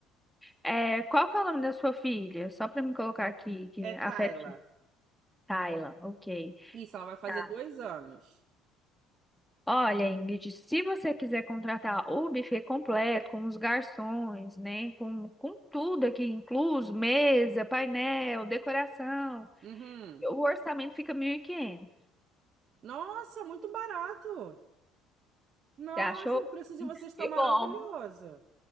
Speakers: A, in the centre; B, on the right.
A: É, qual que é o nome da sua filha? Só pra me colocar aqui, que
B: É
A: a
B: Tayla.
A: Feb- Tayla, ok.
B: Isso, ela vai fazer
A: Tá.
B: dois anos.
A: Olha, Ingrid, se você quiser contratar o buffet completo, com os garçons, né, com, com tudo aqui incluso, mesa, painel, decoração,
B: Uhum.
A: o orçamento fica 1.500.
B: Nossa, muito barato. Nossa,
A: Você achou?
B: o preço de vocês está
A: Que
B: maravilhoso.
A: bom,